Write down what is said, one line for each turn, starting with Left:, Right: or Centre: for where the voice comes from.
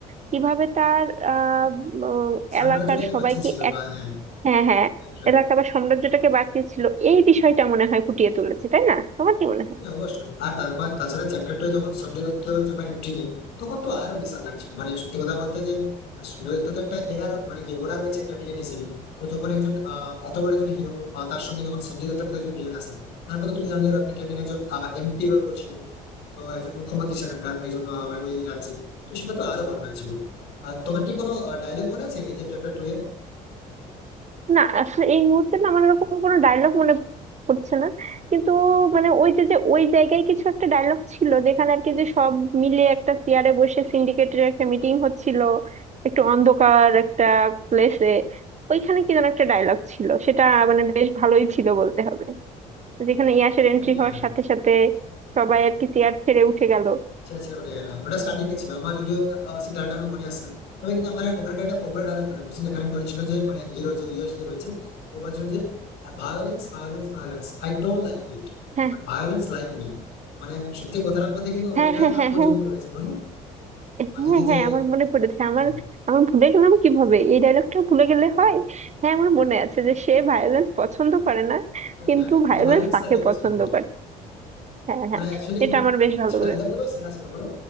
Right: কিভাবে তার আহ, উম,
Left: সাম্রাজ্যটাকে
Right: এলাকার সবাইকে
Left: বাঁচিয়েছিল
Right: এক
Left: বা হ্যাঁ
Right: হ্যাঁ হ্যাঁ
Left: right, right.
Right: এলাকা বা সাম্রাজ্যটাকে বাঁচিয়েছিল এই বিষয়টা মনে হয় ফুটিয়ে তুলেছে তাই না তোমার কি মনে হয়
Left: হ্যাঁ অবশ্যই আর তারপর তাছাড়া চ্যাপ্টার টু যখন সঞ্জয় দত্ত যখন এন্ট্রি নিই তখন তো আরো বিশাল লাগছিল মানে সত্যি কথা বলতে যে আর সঞ্জয় দত্ত তো একটা এরা মানে কি ওরা রয়েছে একটা ভিলেন হিসেবে তো যখন একজন আহ, এত বড় একজন হিরো তার সঙ্গে যখন সঞ্জয় দত্তের মতো একজন ভিলেন আসে তারপর তো তুমি জানো যে রবীন্দ্র ট্যান্ডন একজন এমপি রোল করছিল তো একজন মুখ্যমন্ত্রী সেখানকার একজন আহ, মানে ওই রাজ্যে তো সেটা তো আরো ভালো লাগছিল আর তোমার কি কোনো ডায়লগ মনে আছে যে চ্যাপ্টার টু এর
Right: না আসলে এই মুহূর্তে না আমার এরকম কোনো ডায়লগ মনে পড়ছে না কিন্তু মানে ওই যে যে ওই জায়গায় কিছু একটা ডায়লগ ছিল যেখানে আর কি যে সব মিলে একটা চেয়ারে বসে সিন্ডিকেটের একটা মিটিং হচ্ছিল একটু অন্ধকার একটা প্লেসে ওইখানে কি যেন একটা ডায়লগ ছিল সেটা মানে বেশ ভালোই ছিল বলতে হবে যেখানে ইয়াসের এন্ট্রি
Left: হ্যাঁ,
Right: হওয়ার সাথে সাথে সবাই আর কি চেয়ার ছেড়ে উঠে গেল
Left: সেটা ছিল ওটাই না ওটা স্টার্টিং এ ছিল আমার যদিও আহ, সেই ডায়লগটা এখন মনে আসছে না তবে কিন্তু আমার ওখানকার একটা পপুলার ডায়লগ মনে পড়ছে যেখানে বলছিল যে মানে হিরো যে ইয়েস যে রয়েছে সে বলছিল যে violence violence violence I don't like it
Right: হ্যাঁ
Left: but violence like me মানে সত্যি কথাটার মধ্যে কিন্তু অনেকটা
Right: হ্যাঁ হ্যাঁ
Left: তাৎপর্যপূর্ণ
Right: হ্যাঁ হ্যাঁ
Left: রয়েছে বলো
Right: হ্যাঁ
Left: মানে যদি যে
Right: হ্যাঁ আমার মনে পড়েছে আমার
Left: হ্যাঁ
Right: আমার ভুলে গেলাম কিভাবে এই ডায়লগটা ভুলে গেলে হয় হ্যাঁ আমার মনে আছে যে সে ভায়োলেন্স পছন্দ করে না
Left: করে
Right: কিন্তু
Left: না কিন্তু
Right: ভায়োলেন্স
Left: ভায়োলেন্স
Right: তাকে
Left: তাকেও পছন্দ
Right: পছন্দ
Left: করে
Right: করে হ্যাঁ
Left: মানে
Right: হ্যাঁ
Left: অ্যাকচুয়ালি
Right: এটা আমার বেশ ভালো
Left: সে ডায়লগ গুলো সেরা ছিল বলো